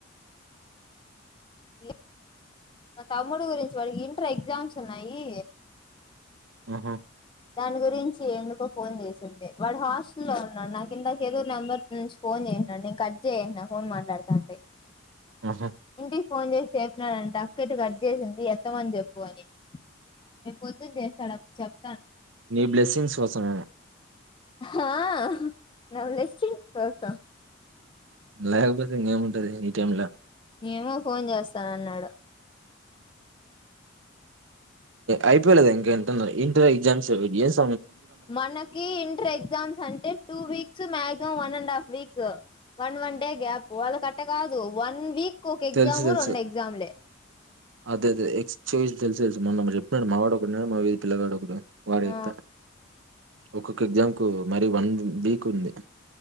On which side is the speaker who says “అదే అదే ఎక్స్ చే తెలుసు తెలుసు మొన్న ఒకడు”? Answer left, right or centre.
Right